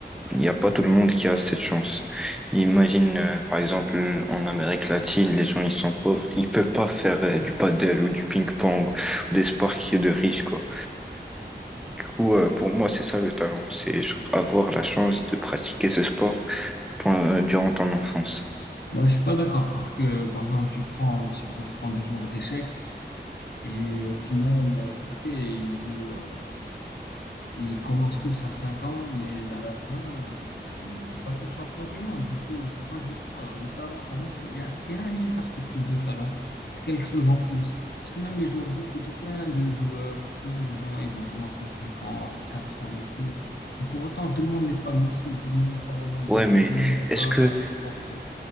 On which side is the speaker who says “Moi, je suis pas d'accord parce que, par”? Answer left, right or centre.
Left